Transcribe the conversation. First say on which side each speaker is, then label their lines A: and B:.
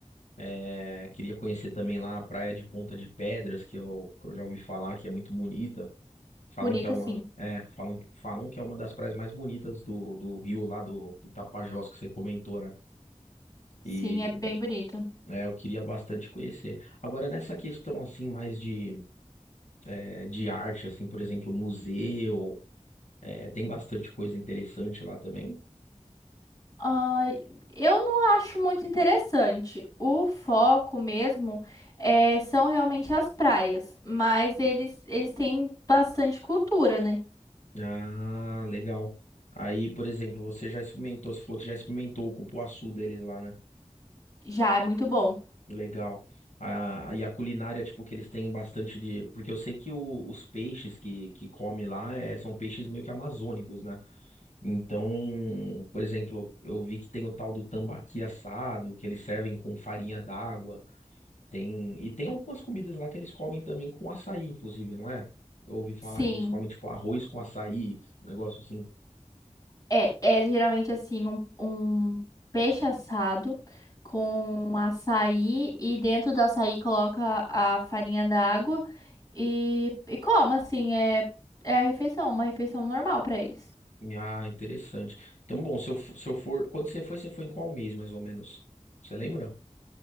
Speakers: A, on the left; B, on the left.
A: é, queria conhecer também lá a Praia de Ponta de Pedras, que eu, que eu já ouvi falar que é muito bonita. Falam
B: Bonito,
A: que é uma,
B: assim.
A: é, falam, falam que é uma das praias mais bonitas do, do rio lá do, do Tapajós que você comentou, né?
B: Sim,
A: E
B: é bem bonito.
A: é, eu queria bastante conhecer. Agora, nessa questão assim, mais de, é, de arte, assim, por exemplo, museu, é, tem bastante coisa interessante lá também.
B: Ah, eu não acho muito interessante. O foco mesmo é, são realmente as praias, mas eles, eles têm bastante cultura, né?
A: Ah, legal. Aí, por exemplo, você já experimentou, você falou que já experimentou o cupuaçu deles lá, né?
B: Já é muito bom.
A: Legal. Ah, e a culinária, tipo, que eles têm bastante de. Porque eu sei que o- os peixes que, que come lá é, são peixes meio que amazônicos, né? Então, por exemplo, eu vi que tem o tal do tambaqui assado, que eles servem com farinha d'água. Tem... E tem algumas comidas lá que eles comem também com açaí, inclusive, não é? Eu ouvi falar
B: Sim,
A: que eles comem, tipo, arroz com açaí, um negócio assim.
B: é, é geralmente assim um, um peixe assado com açaí e dentro do açaí coloca a farinha d'água e, e como assim é, é a refeição, uma refeição normal para eles.
A: Ah, interessante. Então, bom, se eu, f- se eu for. Quando você foi, você foi em qual mês, mais ou menos? Você lembra?